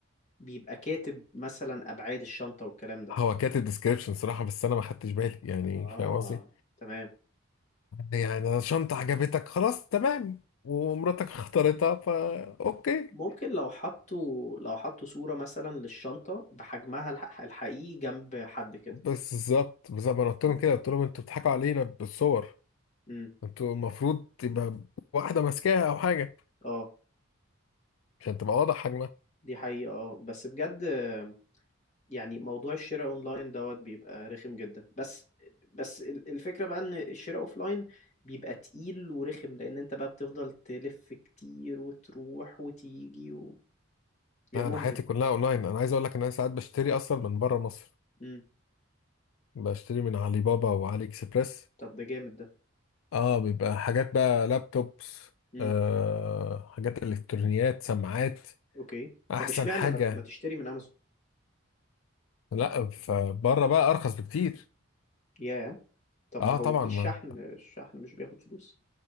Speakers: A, on the left; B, on the left.
A: بيبقى كاتب مثلا ابعاد الشنطه والكلام ده
B: هو كاتب ديسكريبشن صراحة بس انا ما خدتش بالي يعني
A: اه
B: فاهم قصدي
A: تمام
B: يعني شنطة عجبتك خلاص تمام ومراتك <laughs> اختارتها فا اوكي
A: ممكن لو حطوا لو حطوا صورة مثلا للشنطة بحجمها الح- الحقيقي جنب حد كده
B: بس بالظبط بالظبط ما انا قلت
A: مم.
B: لهم كده قلت لهم انتوا بتضحكوا علينا بالصور
A: مم.
B: انتوا المفروض تبقى واحده ماسكاها او حاجه
A: اه
B: عشان تبقى واضح حجمها
A: دي حقيقة اه بس بجد آه، يعني موضوع الشراء اونلاين دوت بيبقى رخم جدا بس بس ال- الفكرة بقى ان الشراء اوفلاين بيبقى تقيل ورخم لان انت بقى بتفضل تلف كتير وتروح وتيجي و... بيبقى
B: لا انا
A: مجهد
B: حياتي كلها اونلاين انا عايز اقول لك ان انا ساعات بشتري اصلا من بره مصر
A: مم.
B: بشتري من علي بابا وعلي اكسبريس
A: طب ده جامد ده
B: اه بيبقى حاجات بقى لابتوبس
A: مم.
B: آه حاجات الكترونيات سماعات
A: اوكي
B: احسن
A: طب اشمعنى
B: حاجه
A: ما ما تشتري من امازون
B: لا فبره بقى ارخص بكتير
A: ياه طب
B: اه
A: ما هو
B: طبعا
A: في
B: ما
A: شحن الشحن مش بياخد فلوس